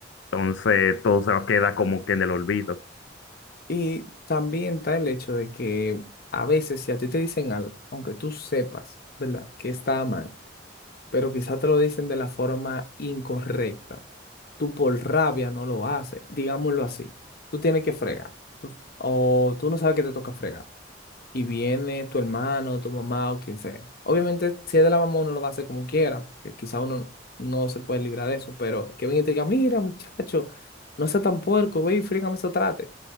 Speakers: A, on the left; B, on the left.
A: entonces todo se va a quedar como que en el olvido.
B: y también está el hecho de que a veces si a ti te dicen algo, aunque tú sepas, ¿verdad? Que está mal pero quizás te lo dicen de la forma incorrecta. Tú por rabia no lo haces, digámoslo así. Tú tienes que fregar tú- o tú no sabes que te toca fregar y viene tu hermano, tu mamá o quien sea. Obviamente, si es de la mamá, uno lo va a hacer como quiera, porque quizá uno no se puede librar de eso, pero que venga y te diga, mira, muchacho, no seas tan puerco, ve y frígame eso trate.